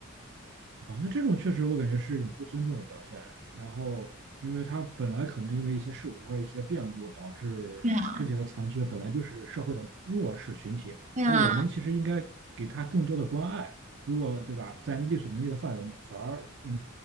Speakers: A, on the right; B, on the right.
A: 啊，那这种确实我感觉是一种不尊重的表现。然后，因为他本来可能因为一些事故或者一些变故导致肢体的残缺，
B: 对啊，<laughs>
A: 本来就是社会的弱势群体，
B: 对啊，
A: 而我们其实应该给他更多的关爱。如果对吧，在力所能及的范围内，反而嗯，